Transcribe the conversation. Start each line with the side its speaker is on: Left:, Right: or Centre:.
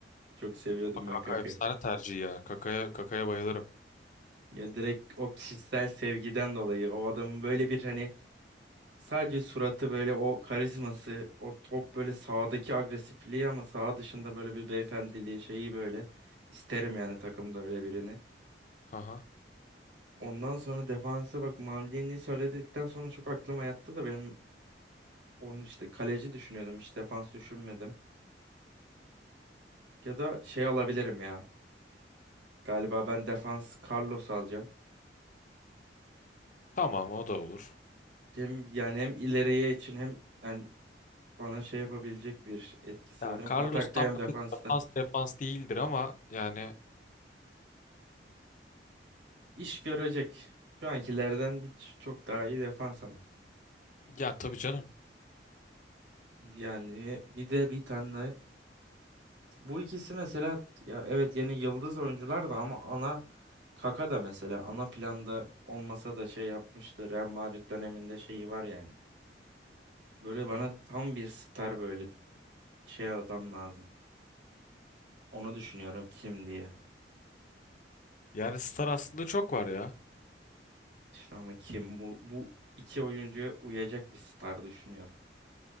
Right: Çok seviyordum
Left: Ama Kaka
Right: ben Kaka'yı.
Left: efsane tercih ya. Kaka'ya Kaka'ya bayılırım.
Right: Ya direkt o kişisel sevgiden dolayı o adamın böyle bir hani sadece suratı böyle o karizması o top böyle sahadaki agresifliği ama saha dışında böyle bir beyefendiliği şeyi böyle isterim yani takımda öyle birini.
Left: Aha.
Right: Ondan sonra defansa bak Maldini'yi söyledikten sonra çok aklıma yattı da benim onu işte kaleci düşünüyordum hiç defans düşünmedim. Ya da şey alabilirim ya. Galiba ben defans Carlos alacağım.
Left: Tamam o da olur.
Right: Hem yani hem ileriye için hem yani bana şey yapabilecek bir etkisi
Left: Ya
Right: var. Hem
Left: Carlos
Right: atakta
Left: Tampa'da
Right: hem defansta.
Left: defans defans değildir ama yani
Right: İş görecek. Şu ankilerden bir- çok daha iyi defans ama.
Left: ya tabii canım.
Right: Yani bir de bir tane Bu ikisi mesela ya evet yeni yıldız oyuncular da ama ana Kaka da mesela ana planda olmasa da şey yapmıştı. Real Madrid döneminde şeyi var yani. Böyle bana tam bir star böyle şey adam lazım. Onu düşünüyorum kim diye.
Left: Yani star aslında çok var ya.
Right: İşte ama kim bu bu iki oyuncuya uyacak bir star düşünüyorum.